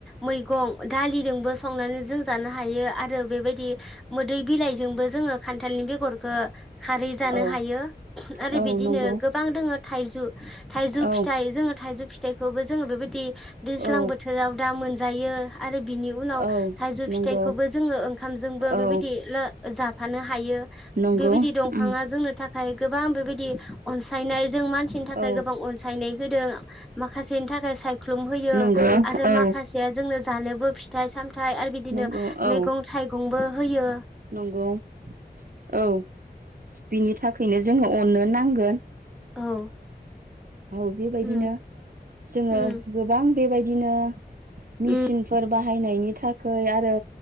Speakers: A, in the centre; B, on the right.
A: मैगं दालिजोंबो संनानै जों जानो हायो आरो बेबायदि मोदै बिलाइजोंबो जोङो खान्थालनि बेगरखो खारै जानो
B: औ
A: हायो। रो
B: औ
A: बिदिनो
B: नंगौ
A: गोबां दोङो थाइजु थाइजौ
B: औ
A: फिथाइ जोङो थाइजौ फि थाइखौबो जोङो बेबायदि दैज्लां
B: औ
A: बोथोराव दा मोन जायो आरो बिनि उनाव
B: औ
A: थाइजौ
B: नंगौ
A: फिथाइखौबो जोङो ओंखामजोंबो बेबायदि
B: औ
A: लो- जाफानो हायो
B: नंगौ
A: बेबायदि दंफाङा
B: उम
A: जोंनो था हायगोब बां बेबायदि अनसायनाय जों मानसिनि थाखाय
B: औ
A: गोबां अनसायनाय होदों। माखासेनि थाखाय साय ख्लुम होयो
B: नंगौ
A: आरो
B: औ
A: माखासेया जोंनो जानोबो फिथाइ सामथाइ आरो बिदिनो
B: नंगौ औ
A: मैगं थाइगंबो होयो।
B: नंगौ औ, बिनि था खैनो जोङो अननो नांगोन।
A: औ
B: औ बेबायदिनो
A: उम
B: जोङो
A: उम
B: गोबां बेबायदिनो मिसिनफोर
A: उम
B: बा बाहायनायनि थाखोय आरो।